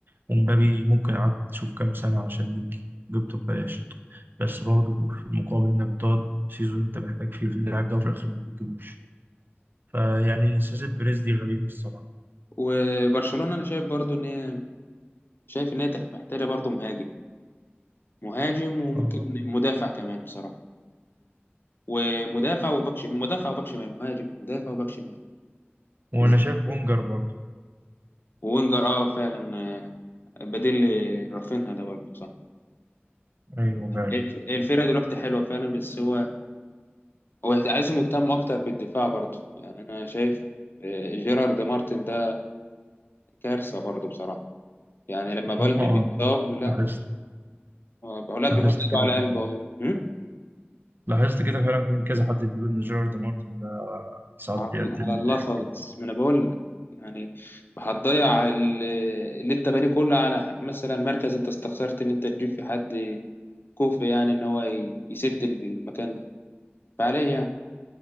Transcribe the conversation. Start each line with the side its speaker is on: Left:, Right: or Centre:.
Right: ومبابي ممكن قعدت تشوف كام سنة عشان يجي جبته ببلاش بس برضه في المقابل إنك بتقعد سيزون أنت محتاج فيه في اللاعب ده وفي الآخر ما بتجيبوش فيعني سياسة بيريز دي غريبة الصراحة.
Left: وبرشلونه انا شايف برضو ان هي شايف ان هي تح- محتاجه برضو مهاجم مهاجم وممكن
Right: اه
Left: مدافع كمان بصراحه ومدافع وباك شمال مدافع وباك شمال مهاجم مدافع وباك شمال
Right: وانا
Left: بز-
Right: شايف بونجر برضه
Left: ووينجر اه فعلا آه، بديل رافينها ده برضه صح
Right: ايوه فعلا
Left: الف- الفرقه دلوقتي حلوه فعلا بس هو هو عايزهم يهتموا اكتر بالدفاع برضه يعني انا شايف آه، جيرارد مارتن ده كارثه برضه بصراحه يعني لما بلدي
Right: اه اه.
Left: بيتصاب لا
Right: لاحظت
Left: هو اولاد
Right: لاحظت
Left: بيحط ايده
Right: كده
Left: على
Right: فعلا
Left: قلبه والله أمم؟
Right: لاحظت كده فعلا في كذا حد بيقول ان جيرارد مارتن ده ساعات
Left: على
Right: بيقدم
Left: على الله
Right: ضحك
Left: خالص ما انا بقول لك يعني هتضيع ال- اللي انت بانيه كله على مثلا مركز انت استخسرت ان انت تجيب في حد كوفي يعني ان هو ي- يسد المكان ده فعليه يعني